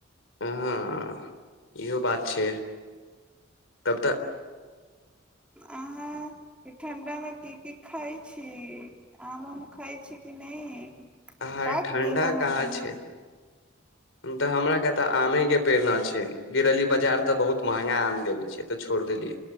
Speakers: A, on the left; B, in the centre.
A: हँ इहो बात छै तब तऽ
B: अहाँ ई ठंडा मे की की खाय छी आम उम खाइ छी कि नहि
A: अहाँक
B: पाक
A: ठण्ढा
B: गेल अहाँके
A: कहाँ
B: ने
A: छै तऽ हमरा के तऽ आमे के पेड़ न छै गेल रहि बाजार तऽ बहुत महंगा आम देबे छै तऽ छोड़ देली